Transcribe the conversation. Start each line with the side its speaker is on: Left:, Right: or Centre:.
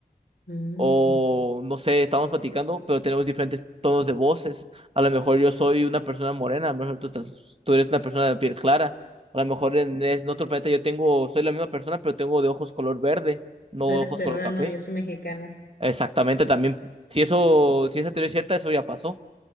Left: Mm.
Right: o no sé, estamos platicando, pero tenemos diferentes tonos de voces. A lo mejor yo soy una persona morena, a lo mejor tú estás, tú eres una persona de piel clara. A lo mejor en, en otro planeta yo tengo, soy la misma persona, pero tengo de ojos color verde, no
Left: Tú eres
Right: ojos
Left: peruano,
Right: color café.
Left: yo soy mexicana.
Right: Exactamente, también. Si eso, si esa teoría es cierta, eso ya pasó.